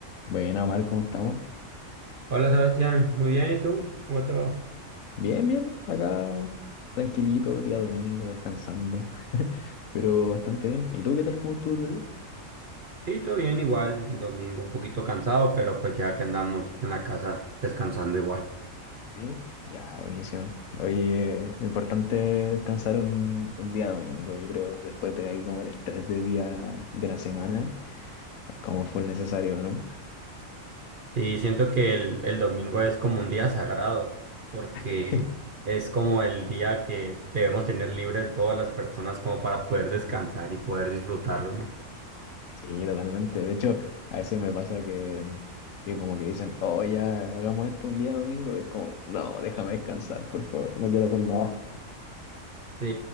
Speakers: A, on the left (about 75°); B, on the right (about 45°).
A: Buena, Omar, ¿cómo estamos?
B: Hola Sebastián, muy bien, ¿y tú? ¿Cómo te va?
A: Bien, bien, acá tranquilito, día domingo, descansando, <laughs> pero bastante bien. ¿Y tú qué tal? ¿Cómo estuvo tu día?
B: Sí, todo bien, igual, el domingo un poquito cansado, pero pues ya que andamos en la casa descansando igual.
A: Sí. Ya, buenísimo. Oye, importante descansar un, un día domingo, yo creo, después de ahí como el estrés de día de la semana, es como full necesario, ¿no?
B: Y siento que el, el domingo es como un día sagrado, porque
A: <laughs>
B: es como el día que debemos tener libre todas las personas como para poder descansar y poder disfrutarlo, ¿no?
A: Sí, totalmente. De hecho, a veces me pasa que, que como que dicen, oh, ya hagamos esto un día domingo, y es como, no, déjame descansar, por favor, no quiero hacer nada.
B: Sí,